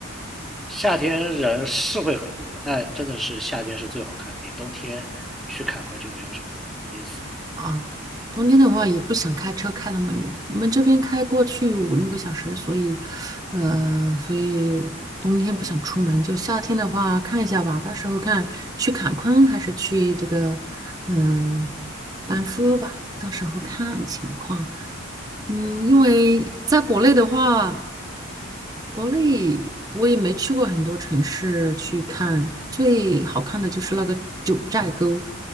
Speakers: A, in the centre; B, on the right.
A: 夏天人是会很多，但真的是夏天是最好看的，你冬天去坎昆就没有什么意思。
B: 啊，冬天的话也不想开车开那么远，我们这边开过去五六个小时，所以，呃，所以冬天不想出门，就夏天的话看一下吧，到时候看去坎昆还是去这个，嗯、班夫吧，到时候看情况。嗯，因为在国内的话，国内我也没去过很多城市去看，最好看的就是那个九寨沟，